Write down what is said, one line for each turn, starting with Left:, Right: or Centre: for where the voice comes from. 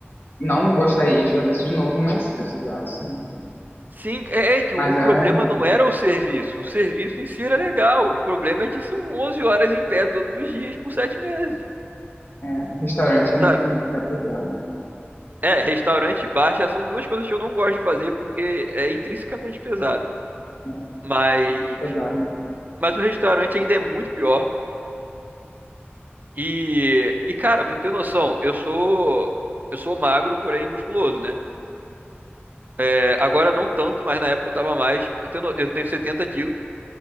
Left: Não gostaria de fazer isso de novo, mas se precisasse.
Right: Sim, é, é que o,
Left: Mas
Right: o
Left: é
Right: problema
Left: horrível.
Right: não era o serviço. O serviço em si era legal. O problema é que são 11 horas em pé todos os dias por sete meses.
Left: É, o restaurante é,
Right: sabe?
Left: é- era pesado.
Right: É, restaurante e bar já são duas coisas que eu não gosto de fazer porque é intrinsecamente pesado.
Left: É,
Right: Mas,
Left: é muito pesado.
Right: mas o restaurante ainda é muito pior. E, e cara, pra ter noção, eu sou eu sou magro, porém musculoso, né? É, agora não tanto, mas na época eu tava mais. Eu tenho, no- eu tenho 70 quilos,